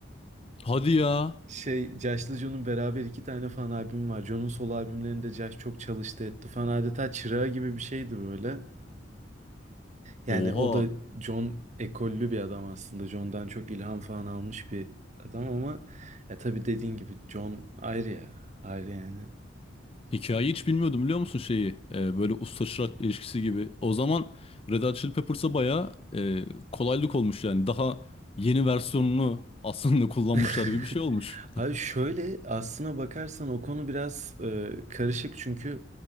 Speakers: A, on the left; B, on the right.
A: Hadi ya.
B: <laughs> Şey, Josh'la John'un beraber iki tane fan albümü var. John'un solo albümlerinde Josh çok çalıştı etti falan. Adeta çırağı gibi bir şeydi böyle. Yani
A: Oha.
B: o da John ekollü bir adam aslında. John'dan çok ilham falan almış bir adam ama ya tabii dediğin gibi John ayrı ya. Ayrı yani.
A: Hikayeyi hiç bilmiyordum biliyor musun şeyi? Ee, böyle usta çırak ilişkisi gibi. O zaman Red Hot Chili Peppers'a bayağı e, kolaylık olmuş yani. Daha yeni versiyonunu aslında <laughs> kullanmışlar
B: <laughs>
A: gibi bir şey olmuş.
B: Abi şöyle aslına bakarsan o konu biraz e, karışık çünkü